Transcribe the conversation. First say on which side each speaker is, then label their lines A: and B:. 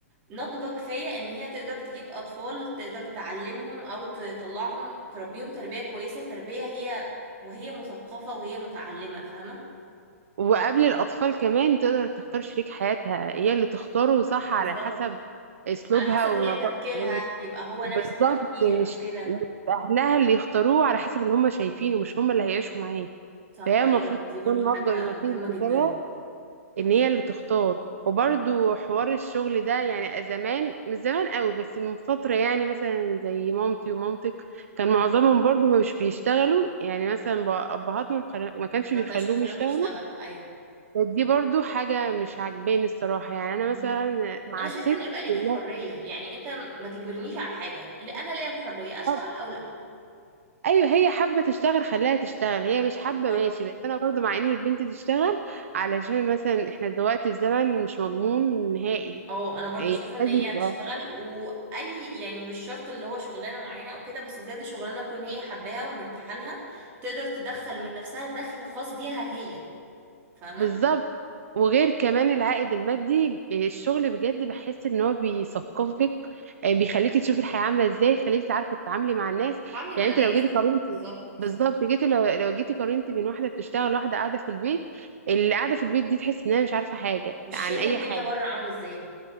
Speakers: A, on the right; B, on the right.
A: ناضجة كفاية ان هي تقدر تجيب اطفال تقدر تعلمهم او تطلعهم تربيهم تربية كويسة تربية هي وهي مثقفة وهي متعلمة فاهمة
B: وقبل الأطفال كمان تقدر تختار شريك حياتها هي اللي تختاره صح على
A: بالظبط
B: حسب أسلوبها
A: على حسب
B: ونضا
A: هي تفكيرها
B: يعني مش-
A: يبقى هو
B: بالظبط
A: نفس التفكير
B: مش
A: او كده
B: مش أهلها اللي يختاروه على حسب اللي هم شايفينه مش هم اللي هيعيشوا معاه
A: صح
B: فهي المفروض
A: ايوه دي برضو
B: تكون ناضجة
A: حاجة
B: بما
A: مهمة
B: فيه الكفاية
A: جدا
B: ان هي اللي تختار وبرضو حوار الشغل ده يعني زمان مش زمان قوي بس من فترة يعني مثلا زي مامتي ومامتك كان
A: امم
B: معظمهم برضو مش بيشتغلوا يعني مثلا ب- ابهاتنا كان- ما كانش
A: ما
B: بيخلوهم
A: كانش بيخلوهم
B: يشتغلوا
A: يشتغلوا ايوه
B: بس دي برضو حاجة مش عجباني الصراحة يعني انا مثلا
A: مم.
B: مع
A: انا
B: الست
A: شايفة ان يبقى ليك
B: لا،
A: الحرية يعني انت ما تجبرنيش على حاجة لا انا ليا الحرية اشتغل
B: طب
A: او لا
B: ايوه هي حابة تشتغل خليها تشتغل هي مش حابة
A: بالظبط
B: ماشي بس انا برضو مع ان البنت تشتغل علشان مثلا احنا دلوقتي في زمن مش مضمون نهائي
A: اه انا برضو
B: يعني
A: شايفه ان
B: لازم
A: هي هتشتغل
B: يبقى
A: واي يعني مش شرط اللي هو شغلانه معينه او كده بس بجد شغلانه تكون هي حباها ومرتاحه لها تقدر تدخل من نفسها دخل خاص بيها هي فاهمه
B: بالظبط وغير كمان العائد المادي الشغل بجد بحس ان هو بيثقفك آه، بيخليكي تشوفي الحياة عاملة ازاي خليكي تعرفي تتعاملي مع الناس
A: تعاملي
B: يعني
A: مع
B: انت
A: ناس
B: لو جيتي قارنتي
A: بالظبط
B: بالظبط جيتي لو لو جيتي قارنتي بين واحدة بتشتغل واحدة قاعدة في البيت اللي قاعدة في البيت دي تحس انها مش عارفة حاجة
A: مش
B: عن
A: شايفه
B: اي
A: الدنيا
B: حاجة
A: بره عامله ازاي